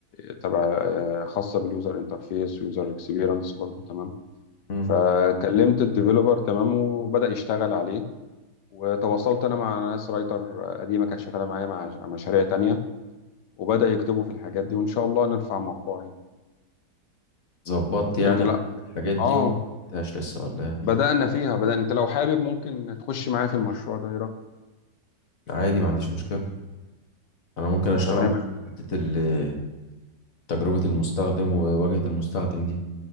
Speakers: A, on the left (about 80°); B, on the left (about 55°).
A: آه، تبع آه، خاصة باليوزر انترفيس ويوزر اكسبيرينس برضه تمام
B: مم.
A: فكلمت الديفيلوبر تمام وبدأ يشتغل عليه وتواصلت انا مع ناس رايتر قديمة كانت شغالة معايا مع مع مشاريع تانية وبدأ يكتبوا في الحاجات دي وان شاء الله نرفع موقعي
B: ظبطت يعني
A: انت لا
B: الحاجات دي
A: اه
B: ولا مش لسه ولا ايه
A: بدأنا فيها بدأ انت لو حابب ممكن تخش معايا في المشروع ده ايه رأيك
B: عادي ما عنديش مشكلة انا ممكن اشتغل
A: تمام
B: معاك في حتة ال- تجربة المستخدم وواجهة المستخدم دي